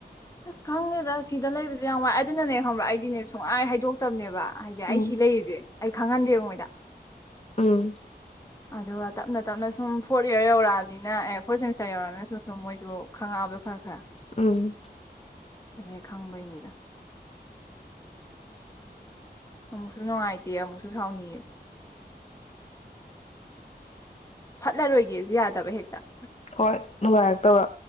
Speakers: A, on the left (about 20°); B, on the left (about 40°).
A: ꯑꯁ ꯈꯪꯗꯦꯗ ꯁꯤꯗ ꯂꯩꯕꯁꯦ ꯌꯥꯝ ꯋꯥꯏ ꯑꯗꯨꯅꯅꯦ ꯈꯪꯕ꯭ꯔꯥ ꯑꯩꯗꯤꯅꯦ ꯁꯨꯡꯍꯥꯏ ꯍꯥꯏꯗꯣꯛꯇꯕꯅꯦꯕ ꯍꯥꯏꯗꯤ ꯑꯩ
B: ꯎꯝ
A: ꯁꯤ ꯂꯩꯌꯦꯖꯦ ꯑꯩ ꯈꯪꯍꯟꯗꯦꯕ ꯃꯣꯏꯗ
B: ꯎꯝ
A: ꯑꯗꯨꯒ ꯇꯞꯅ ꯇꯞꯅ ꯁꯨꯝ ꯐꯣꯔꯠ ꯏꯌꯥꯔ ꯌꯧꯔꯛꯑꯕꯅꯤꯅ ꯑꯦ ꯐꯣꯔꯠ ꯁꯦꯃꯤꯁꯇꯔ ꯌꯧꯔꯛꯑꯃꯤꯅ ꯁꯨꯝ ꯁꯨꯝ ꯃꯣꯏꯖꯨ ꯈꯪꯉꯛꯑꯕꯗꯣ ꯈꯔ ꯈꯔ
B: ꯎꯝ
A: ꯑꯗꯨꯗꯩ ꯈꯪꯕꯩꯅꯤꯗ ꯑꯃꯨꯛꯁꯨ ꯅꯨꯡꯉꯥꯏꯇꯦ ꯑꯃꯨꯛꯁꯨ ꯁꯥꯎꯅꯤꯡꯢ ꯐꯠꯂꯔꯣꯏꯒꯦꯖꯨ ꯌꯥꯗꯕ ꯍꯦꯛꯇ
B: ꯍꯣꯏ ꯅꯨꯡꯉꯥꯏꯔꯛꯇꯕ